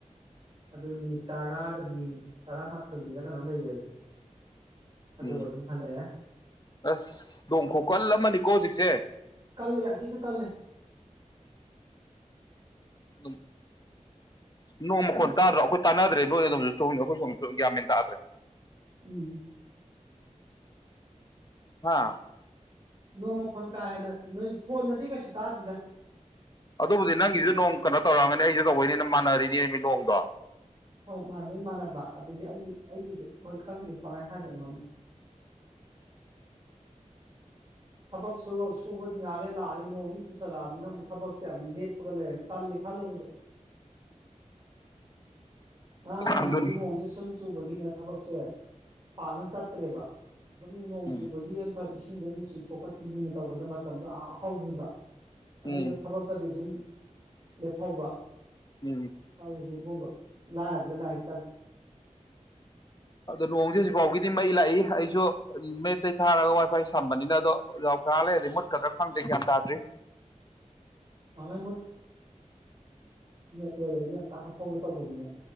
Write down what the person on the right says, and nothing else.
ꯑꯗꯨ ꯅꯨꯃꯤꯠ ꯇꯔꯥꯒꯅꯤ ꯇꯔꯥꯃꯥꯊꯣꯏꯅꯤꯔꯥ ꯀꯩꯅꯣꯝ ꯂꯩꯔꯛ ꯑꯦ ꯑꯩꯁꯦ ꯑꯗꯨꯒ
ꯑꯗꯨꯝ ꯍꯜꯂꯛꯑꯦ
ꯀꯜꯂꯦ ꯌꯥꯝꯊꯤꯅ ꯀꯜꯂꯦ
ꯑꯁ
ꯎꯝ
ꯅꯣꯡꯃꯈꯣꯟ ꯀꯥ ꯍꯦꯟꯅ ꯅꯣꯏ ꯐꯣꯟꯗꯗꯤ ꯀꯩꯁꯨ ꯇꯥꯗꯦꯗ
ꯍꯣꯏ ꯃꯥꯟꯅꯕꯩ ꯃꯥꯟꯅꯕ ꯑꯗꯨꯗꯤ ꯑꯩ ꯑꯩꯒꯤꯁꯨ ꯍꯣꯏ ꯈꯪꯗꯦ ꯀꯃꯥꯏꯅ ꯍꯥꯏꯗꯣꯏꯅ ꯈꯪꯗꯦ ꯊꯕꯛ ꯁꯨ ꯁꯨꯕꯗꯤ ꯉꯏꯍꯥꯛ ꯂꯩꯔ꯭ ꯂꯥꯛꯑꯅꯤ ꯅꯣꯡꯗꯤ ꯆꯨꯁꯜꯂꯛꯑꯕꯅꯤꯅ ꯑꯃꯨꯛ ꯊꯕꯛꯁꯦ ꯑꯃꯨꯛ ꯂꯦꯞꯄꯒ ꯂꯩꯔꯅꯤ ꯇꯜꯂꯦ ꯈꯜꯂꯨꯕꯗ ꯉꯡ ꯉꯥꯍꯟꯗꯩꯩ
ꯅꯣꯡꯁꯦ ꯁꯨꯝ ꯆꯨꯕꯒꯤ ꯅꯦ ꯊꯕꯛꯁꯦ ꯄꯥꯛꯅ ꯆꯠꯇ꯭ꯔꯦꯕ ꯑꯗꯨꯝ ꯅꯣꯡ
ꯆꯨꯕꯒꯤ ꯌꯥꯟꯈꯛ ꯏ ꯏꯁꯤꯡꯗꯣꯅ ꯆꯤꯡꯊꯣꯛꯄ ꯆꯤꯡꯁꯤꯟꯅ ꯇꯧꯕꯗ ꯃꯇꯝꯗꯣ ꯌꯥꯝ ꯍꯧꯈ꯭ꯔꯤꯕ ꯑꯗꯨꯗ
ꯊꯕꯛꯇꯗꯤ ꯁꯨꯝ ꯂꯦꯞ ꯐꯧꯕ
ꯑꯧꯖꯤꯛ ꯎꯕ ꯂꯥꯏꯔꯕ ꯂꯥꯏ
ꯉꯥꯡꯉꯩ ꯂꯣꯏꯔꯕꯅꯤ ꯑꯝꯇ ꯍꯥꯞꯐꯥꯎ ꯇꯧꯕꯅꯤꯅꯦ